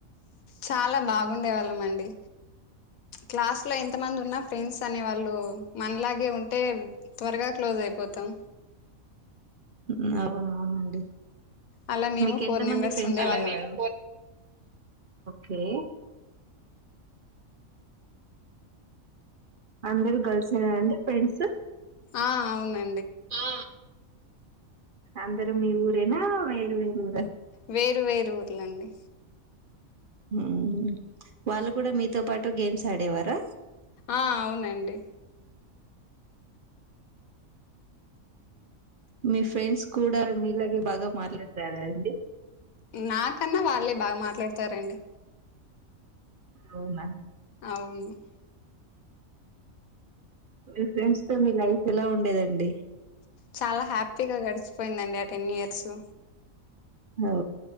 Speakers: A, on the left; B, on the right.
A: చాలా బాగుండేవాళ్ళం అండి క్లాస్లో ఎంతమంది ఉన్న ఫ్రెండ్స్ అనే వాళ్ళు మనలాగే ఉంటే త్వరగా క్లోజ్ అయిపోతాం.
B: హ్మ్ అవునవును అండి.
A: అలా మేము
B: మీకు
A: ఫోర్
B: ఎంత
A: మెంబెర్స్
B: మంది ఫ్రెండ్స్
A: ఉండేవాళ్ళం
B: ఉండేవారు కే అందరు గర్ల్స్ ఏ నా అండి ఫ్రెండ్సు
A: ఆ అవున
B: ఆ అందరు మీ ఊరేనా వేరు వేరు ఊరా
A: వేరు వేరు ఊర్లండి.
B: హ్మ్ వాళ్ళు కూడా మీతో పాటు గేమ్స్ ఆడేవారా
A: ఆ అవునండి
B: మీ ఫ్రెండ్స్ కూడా మీలాగే బాగా మాట్లాడతారా అండి.
A: నాకన్నా వాళ్ళే బాగా మాట్లాడతారండి.
B: అవునా
A: అవును
B: మీ ఫ్రెండ్స్ తో మీ లైఫ్ ఎలా ఉండేదండి
A: చాలా హ్యాపీగా గడిచిపోయిందండి ఆ టెన్ ఇయర్సు
B: ఓ